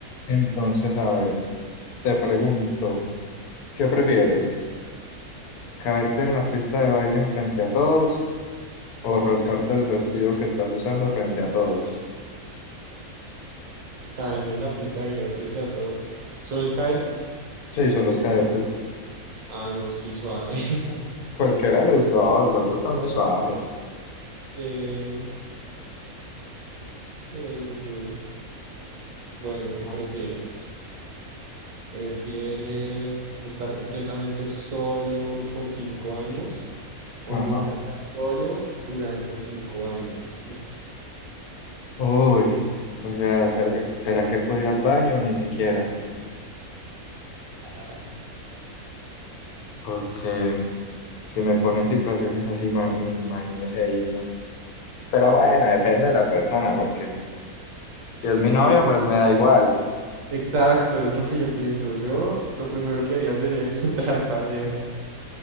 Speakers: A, on the left; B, on the right.
A: Entonces, a ver, te pregunto, ¿qué prefieres? ¿Caerte en la pista de baile frente a todos o rasgarte el vestido que estás usando frente a todos?
B: Caerme en la pista de baile frente a todos. ¿Solo es caerse?
A: Sí, solo es caerse.
B: Ah, no, sí, suave. <laughs>
A: Cualquiera de los dos, los dos están muy suaves.
B: Eh, sí, sí, sí. Bueno, ¿qué prefieres?
A: A ver.
B: ¿Prefieres estar completamente solo por cinco años o
A: Ajá.
B: nunca estar solo durante cinco años? Uf.
A: Uy, o sea, ¿será, será que puedo ir al baño? Ni siquiera,
B: <laughs>
A: porque si me ponen situaciones así, ma- imagínese ahí uno. Pero bueno, depende de la persona, porque si es mi
B: Sí,
A: novia,
B: depende.
A: pues
B: de
A: me
B: la persona.
A: da igual.
B: Exacto, es lo que yo pienso. Yo lo primero que haría sería <laughs> encontrar pareja.